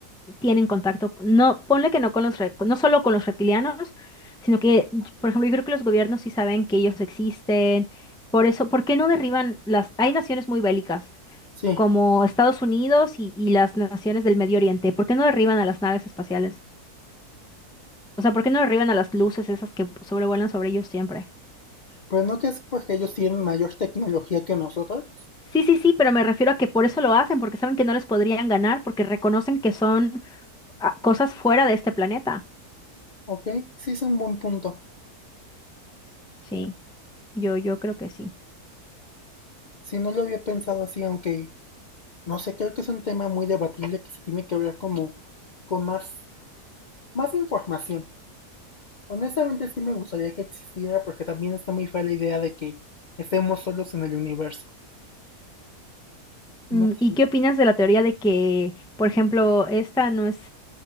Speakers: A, in the centre; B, on the left.
A: tienen contacto, no, ponle que no con los, rep- no solo con los reptilianos, sino que, y- por ejemplo, yo creo que los gobiernos sí saben que ellos existen. Por eso, ¿por qué no derriban las? Hay naciones muy bélicas.
B: Sí.
A: como Estados Unidos y, y las naciones del Medio Oriente? ¿Por qué no derriban a las naves espaciales? O sea, ¿por qué no derriban a las luces esas que sobrevuelan sobre ellos siempre?
B: Pero no que es porque ellos tienen mayor tecnología que nosotros.
A: Sí, sí, sí, pero me refiero a que por eso lo hacen, porque saben que no les podrían ganar, porque reconocen que son ah, cosas fuera de este planeta.
B: Ok, sí es un buen punto.
A: Sí, yo, yo creo que sí.
B: Si no lo había pensado así, aunque no sé, creo que es un tema muy debatible que se tiene que hablar como con más, más información. Honestamente sí me gustaría que existiera porque también está muy fea la idea de que estemos solos en el universo.
A: Mm,
B: No
A: ¿Y
B: sé.
A: qué opinas de la teoría de que, por ejemplo, esta no es,